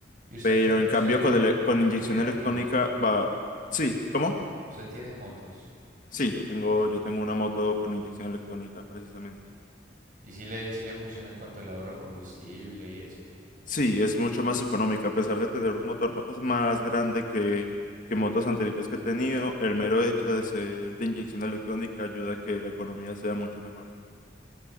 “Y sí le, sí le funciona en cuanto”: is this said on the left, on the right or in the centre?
Right